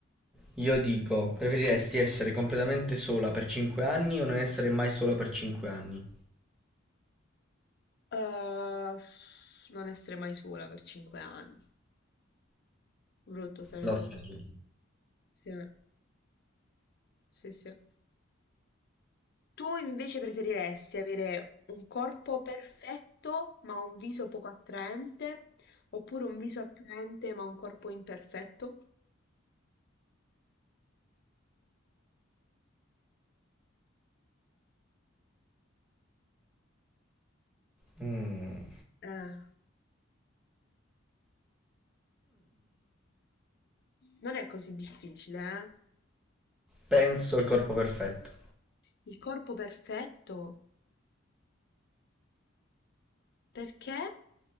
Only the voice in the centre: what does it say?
Io dico, preferiresti essere completamente sola per 5 anni o non essere mai sola per 5 anni?
L'ho
fatto.
Mm,
Penso il corpo perfetto.